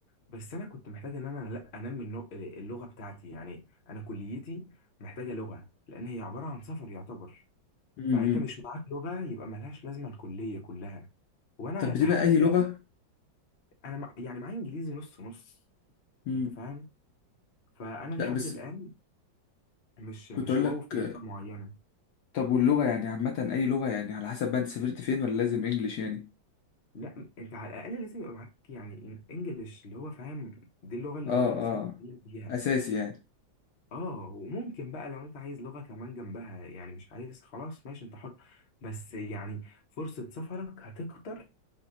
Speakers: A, on the left; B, on the left.
A: بس أنا كنت محتاج إن أنا لا أنمي النو- اللغة بتاعتي يعني أنا كليتي محتاجة لغة لأن هي عبارة عن سفر يعتبر
B: مم،
A: فأنت
B: مم.
A: مش معاك لغة يبقى ملهاش لازمة الكلية كلها وأنا
B: طب بتبقى
A: لحد
B: اي
A: الآن
B: لغة
A: انا مع... يعني معايا انجليزي نص نص
B: مم.
A: انت فاهم فانا لحد
B: لا بس
A: الان مش
B: كنت
A: مش
B: اقول
A: واو
B: لك
A: في لغه معينه
B: طب واللغة يعني عامة اي لغة يعني على حسب بقى انت سافرت فين ولا لازم انجليش يعني
A: لا انت على الاقل لازم يبقى معاك يعني انجليش اللي هو فاهم دي اللغه اللي
B: اه
A: كل
B: اه
A: الناس بتتكلم بيها
B: اساسي يعني
A: اه وممكن بقى لو انت عايز لغه كمان جنبها يعني مش عايز خلاص ماشي انت حر بس يعني فرصه سفرك هتكتر